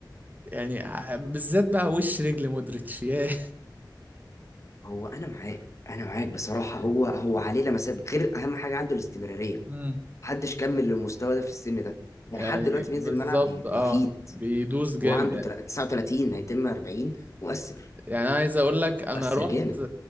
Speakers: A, on the right; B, on the left.
A: يعني ع- بالذات بقى وش رجل مودريتش ياه
B: <laughs> هو انا معاك انا معاك بصراحه
A: <laughs>
B: هو هو عليه لمسات غير اهم حاجه عنده الاستمراريه
A: مم.
B: محدش كمل للمستوى ده في السن ده ده
A: يعني
B: لحد دلوقتي بينزل
A: بالظبط
B: الملعب بي-
A: اه
B: بيفيد
A: بيدوس جامد
B: وهو عنده تل- 39 هيتم 40 مؤثر
A: يعني أنا عايز اقول لك
B: مؤثر
A: انا رحت
B: جامد